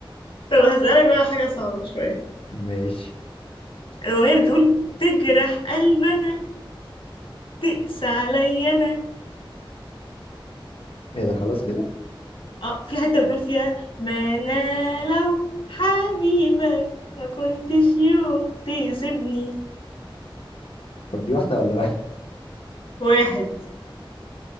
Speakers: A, on the left; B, on the left.
A: طب هسألك بقى حاجة صعبة شوية
B: ماشي
A: الأغنية بتقول تجرح قلبنا تقسى عليا أنا
B: إيه ده خلاص كده
A: اه في حتة بتقول فيها ما أنا لو حبيبك ما كنتش يوم تسيبني
B: طب دي واحدة ولا واحد
A: واحد